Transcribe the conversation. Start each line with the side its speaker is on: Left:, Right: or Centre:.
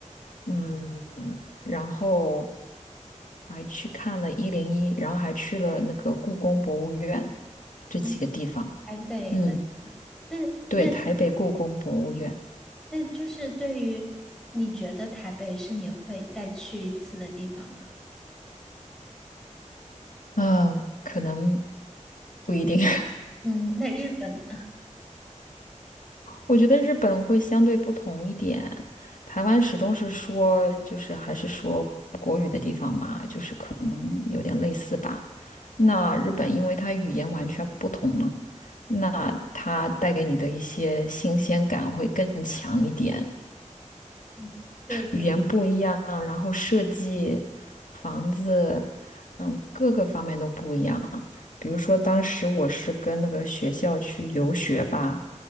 Left: 嗯，然后。还去看了一零一，然后还去了那个故宫博物院这几个地方。
Centre: 嗯，台北的地方。
Left: 嗯，
Centre: 那
Left: 对，台北故宫博物院，
Centre: 那那就是对于你觉得台北是你会再去一次的地方吗？
Left: 嗯，可能不一定。<laughs>
Centre: 嗯，那日本，
Left: 我觉得日本会相对不同一点，台湾始终是说，就是还是说国语的地方嘛，就是可能有点类似吧。那日本因为它语言完全不同嘛，那它带给你的一些新鲜感会更强一点。
Centre: 嗯，对对对，
Left: 语言不一样，然后设计房子，嗯，各个方面都不一样。比如说，当时我是跟那个学校去游学吧，